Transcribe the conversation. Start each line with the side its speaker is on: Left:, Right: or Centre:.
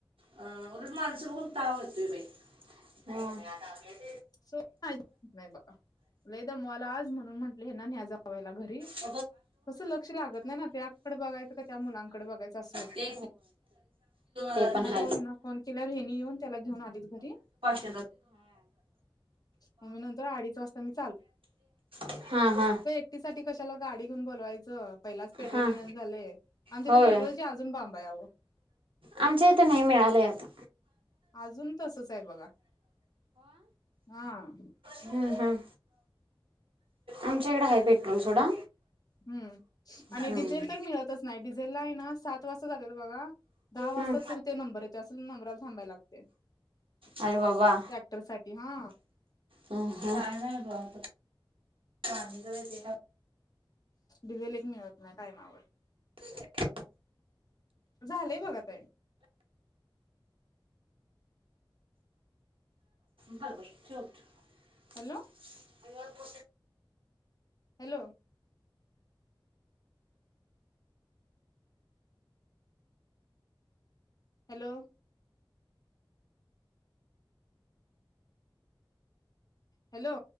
Right: अ उलट माणस बघून ताव येतोय बाई <unintelligible> ह
Left: <unintelligible> नाही बघा. लई दमवाला आज, म्हणून म्हटले हेना न जावायला घरी.
Right: हा. होय. <inaudible>
Left: कसं लक्ष लागत नाही ना त्याकडे बघायचं का त्या मुलांकडे बघायचं असं होतंय
Right: ते ते पण हा
Left: तो हेना फोन केल्यावर हेनी येऊन त्याला घेऊन आलीत घरी.
Right: हा. <inaudible>
Left: मग मी नंतर अडीच वाजता मी
Right: <inaudible> हा हा.
Left: ती साठी कशाला गाडी घेऊन बोलवायचं. पहिलाच पेट्रोल
Right: हां
Left: मिळना झालेय. आमच्या
Right: होय
Left: इथ पेट्रोलचे अजून बांब आहे आओ.
Right: आमच्या इथं नाही, मिळालं आता.
Left: अजून तसचय बघा. आ.
Right: हम्म हम्म, आमच्या इकडे हाय पेट्रोल सोडा.
Left: हम्म,
Right: हं,
Left: आणि डिझेल तर मिळतच नाही. डिझेललाय ना, सात त वाजता जातेत बघा. दहा वाजता
Right: हं.
Left: ते नंबर येतो. असच नबरला थांबाय लागते.
Right: अरे बाबा
Left: ट्रॅक्टर साठी हा
Right: ह ह. <unintelligible>
Left: डिझेल एक मिळत नाय, टायमावर.
Right: <inaudible>
Left: झालंय बघा ते.
Right: बर बर, ठेव ठेव.
Left: हॅलो.
Right: <inaudible>
Left: हॅलो. हॅलो. हॅलो.